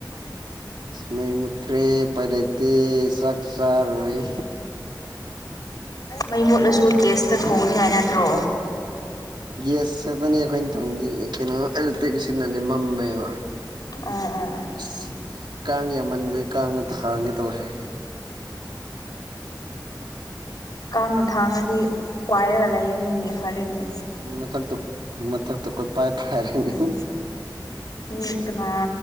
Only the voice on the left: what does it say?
ꯃꯩ ꯃꯨꯠꯂꯁꯨ ꯒꯦꯁꯇ ꯊꯣꯡꯅꯤ ꯍꯥꯏꯅꯠꯇ꯭ꯔꯣ
ꯎꯝ ꯎꯝ ꯎꯝ
ꯀꯥꯡꯅ ꯊꯥꯡꯉꯗꯤ ꯄꯥꯏꯔꯒ ꯂꯩꯔꯅꯤꯡꯉ ꯐꯔꯅꯤ
ꯎꯝ ꯃꯤ ꯀꯅꯥ